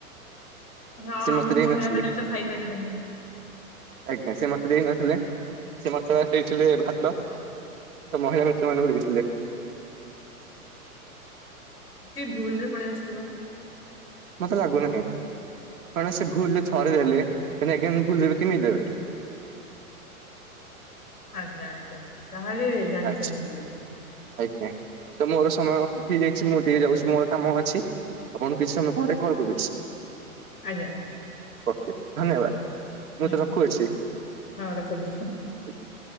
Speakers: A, on the left; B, on the right.
A: ହଁ
B: ସେ
A: ଆମ
B: ମତେ ଦେଇନଥିଲେ
A: ମହିଳା ମାନେ ତ ଖାଇପାରିବେନି।
B: ଆଜ୍ଞା ସେ ମୋତେ ଦେଇନଥିଲେ। ସେ ମୋତେ ଦେଇଥିଲେ ଭାତ। ତ ମହିଳା ମିତ୍ରମାନଙ୍କୁ ଦେଇଥିଲେ।
A: କି ଭୁଲ ରେ ପଳେଇ ଆସିଥିବ।
B: ମୋତେ ଲାଗୁନାହିଁ, କଣ ସେ ଭୁଲ ରେ ଥରେ ଦେଲେ, ପୁଣି ଏଗେନ୍ ଭୁଲ ଦେବେ କେମିତି ଦେବେ?
A: ଆଜ୍ଞା, ଆଜ୍ଞା, ତାହେଲେ ଜାଣି
B: ଆଚ୍ଛା
A: ଶୁୁଣି ଦଉଚନ୍ତି।
B: ଆଜ୍ଞା ତ ମୋର ସମୟ ହେଇଯାଇଛି ମୁଁ ଟିକେ ଯାଉଛି ମୋର କାମ ଅଛି। ଆପଣଙ୍କୁ କିଛି ସମୟ ପରେ କଲ୍ କରୁଛି।
A: ଆଜ୍ଞା।
B: ଓକେ ଧନ୍ୟବାଦ, ମୁଁ
A: ହୁଁ
B: ଏଥର ରଖୁଅଛି।
A: ହଁ ରଖନ୍ତୁ।
B: <unintelligible>